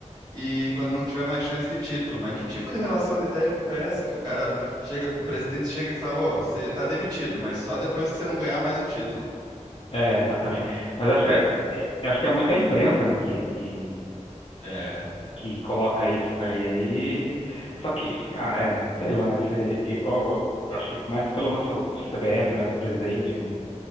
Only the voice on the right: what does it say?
e quando não tiver mais chance de título. Mas que tipo de relação de técnico é essa que o cara chega, o presidente chega e fala, "Ô, você tá demitido, mas só depois que você não ganhar mais o título.
É,